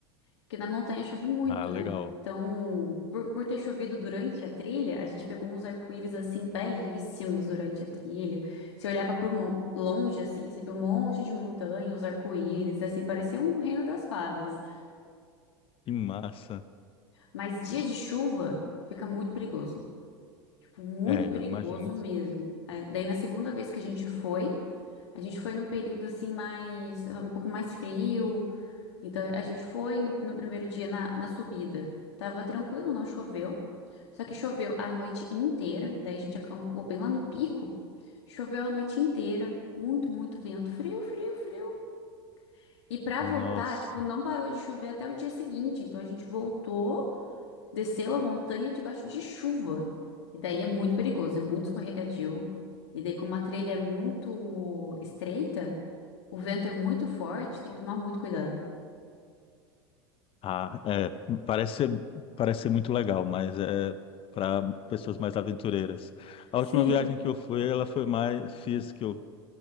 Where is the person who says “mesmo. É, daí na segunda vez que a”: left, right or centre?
Left